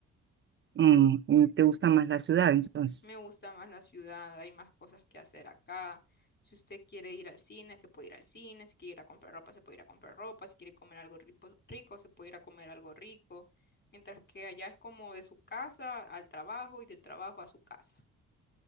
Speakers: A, on the right; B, on the left.
A: Mm, mm, ¿te gusta más la ciudad entonces?
B: Me gusta más la ciudad, hay más cosas que hacer acá. Si usted quiere ir al cine, se puede ir al cine. Si quiere ir a comprar ropa, se puede ir a comprar ropa. Si quiere comer algo rico, rico, se puede ir a comer algo rico. Mientras que allá es como de su casa al trabajo y del trabajo a su casa.